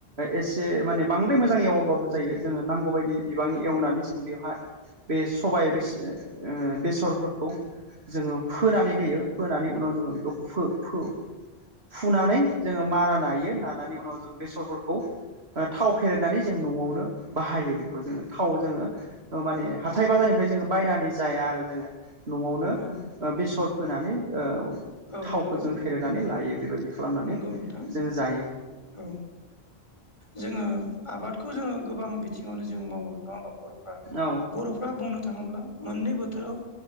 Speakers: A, on the right (about 75°); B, on the left (about 30°).
A: एसे माने बांद्राय मोजां एव <unintelligible> जायो जोङो नांगौ बायदि बिबांनि एवनानै जों बेयावहा बे सबाइ ओ बेसरफोरखौ जोङो फोनानै होयो फोनानै उनाव जोङो बेखौ फो फो फुनानै जोङो मारा नायो नानानै उनाव जों बेसरफोरखौ थाव फेरदनानै जों न'आवनो बाहायो बेखौ जोङो थाव जोङो। ओ माने हाथाय बाजारनिफ्राय जोङो बायनानै जाया आरो जोङो। न'आवनो
B: औ
A: बेसर फोनानै ओ
B: औ
A: थावखौ
B: नंगौ
A: जों फेरेनानै
B: औ
A: लायो बेबायदि खालामनानै
B: नंगौ नोंथां
A: जोङो जायो
B: औ जोङो आबादखौ जोङो गोबां बिथिङावनो जों मावो नङा होमबा बर'।
A: औ
B: बर'फ्रा बुंनो थाङोब्ला मोननै बोथोराव